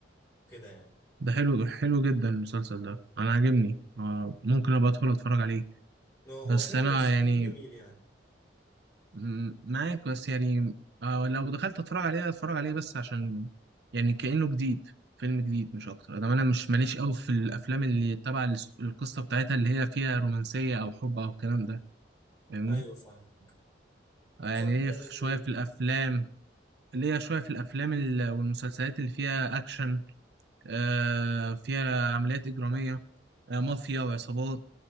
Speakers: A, on the left; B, on the right.
A: كده يعني
B: ده حلو حلو جدا المسلسل ده انا عاجبني آه ممكن ابقى ادخل اتفرج عليه
A: هو هو
B: بس
A: فيلم
B: انا
A: بس
B: يعني
A: فيلم جميل يعني
B: م- معاك بس يعني آه لو دخلت اتفرج عليه اتفرج عليه بس عشان يعني كأنه جديد فيلم جديد مش اكتر ده انا مش ماليش قوي في الافلام اللي تبع الس- القصه بتاعتها اللي هي فيها رومانسيه او حب او الكلام ده فاهمني
A: ايوه فاهمك
B: آه، يعني
A: اتفرج
B: هي
A: على
B: في-
A: ايه طيب
B: شويه في الافلام ليا شوية في الأفلام ال- والمسلسلات اللي فيها أكشن آه، فيها عمليات إجرامية آه، مافيا وعصابات